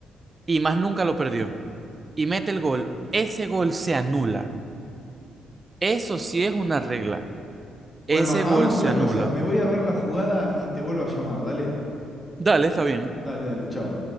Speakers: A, on the right (about 30°); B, on the left (about 20°).
A: y más nunca lo perdió. Y mete el gol. Ese gol se anula. Eso sí es una regla.
B: Bueno,
A: Ese
B: hagamos
A: gol se
B: una
A: anula.
B: cosa. Me voy a ver la jugada y te vuelvo a llamar. Dale,
A: Dale, está bien.
B: dale, dale, chao.